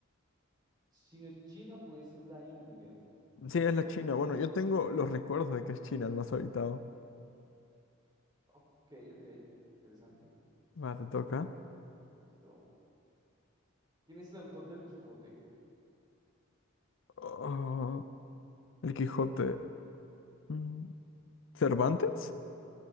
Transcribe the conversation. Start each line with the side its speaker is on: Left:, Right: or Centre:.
Right: si no es China, puede ser la India.
Left: Sí, es la China. Bueno, yo tengo los recuerdos de que es China el más habitado.
Right: Ok, ok. Interesante.
Left: Va, te toca.
Right: Listo. ¿Quién es el autor del Quijote?
Left: Oh, el Quijote. Mm, ¿Cervantes?